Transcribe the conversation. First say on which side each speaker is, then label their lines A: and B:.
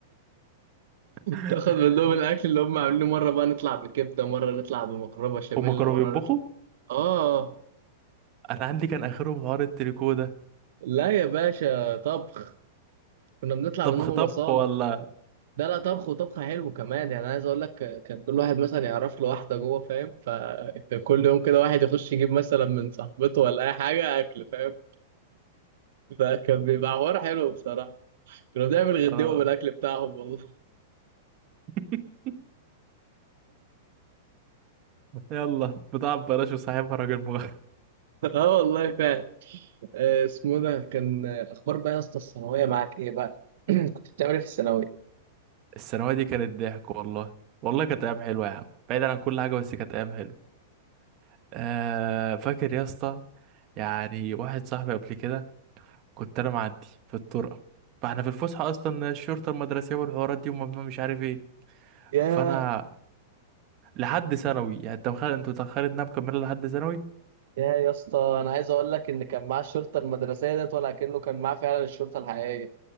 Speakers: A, on the right; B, on the right.
A: <laughs>
B: تاخد منهم الاكل اللي هم عاملينه مره بقى نطلع بكبده مره نطلع بمقربه بشاميل
A: هما كانوا
B: مره
A: بيطبخوا
B: نطلع اه
A: انا عندي كان اخرهم حوار التريكو ده
B: لا يا باشا طبخ كنا بنطلع
A: طبخ
B: منهم
A: طبخ
B: مصالح
A: ولا
B: لا لا طبخ وطبخ حلو كمان يعني عايز اقول لك آه، كان كل واحد مثلا يعرف له واحده جوه فاهم فكان كل يوم كده واحد يخش يجيب مثلا من صاحبته ولا اي حاجه اكل فاهم فكان بيبقى حوار حلو بصراحه كنا بنعمل
A: آه.
B: غدوه بالاكل بتاعهم والله
A: <laughs> يلا بتاع ببلاش وصاحبها راجل مغرب
B: <laughs> اه والله فعلا آه، اسمه ده كان آه، اخبار بقى يا اسطى الثانويه معاك ايه بقى <clears throat> كنت بتعمل ايه في الثانويه
A: الثانويه دي كانت ضحك والله والله كانت ايام حلوه يا عم بعيدا عن كل حاجه بس كانت ايام حلوه آه فاكر يا اسطى يعني واحد صاحبي قبل كده كنت انا معدي في الطرقه فاحنا في الفسحه اصلا الشرطه المدرسيه والحوارات دي وممنوع مش عارف ايه
B: ياه
A: فانا لحد ثانوي يعني انت متخيل انت متخيل انها مكمله لحد ثانوي
B: يا يا اسطى انا عايز اقول لك ان كان معاه الشرطه المدرسيه ديت ولا كأنه كان معاه فعلا الشرطه الحقيقيه